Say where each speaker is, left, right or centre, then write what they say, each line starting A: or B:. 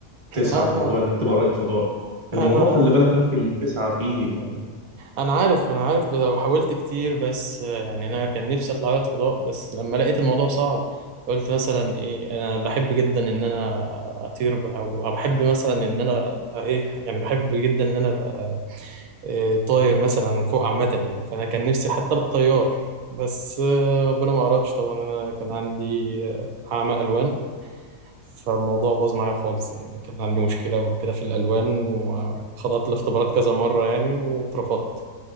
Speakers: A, on the right (about 25°); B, on the right (about 90°).
A: تسعى
B: انا
A: في موضوع انك تبقى رائد فضاء
B: انا
A: الموضوع خلي بالك ممكن تسعى فيه يعني
B: انا عارف انا عارف وحاولت كتير بس يعني انا كان نفسي اطلع رائد فضاء بس لما لقيت الموضوع صعب قلت مثلا ايه انا بحب جدا ان انا اطير بقى، او أو بحب مثلا ان انا أبقى ايه يعني بحب جدا ان انا ابقى آه، طاير مثلا فوق عامة يعني فأنا كان نفسي حتى أبقى طيار بس آه، ربنا ما أردش طبعا أنا كان عندي آه، أعمى ألوان فالموضوع باظ معايا خالص يعني كان عندي مشكلة وكده في الألوان وخضعت لاختبارات كذا مرة يعني واترفضت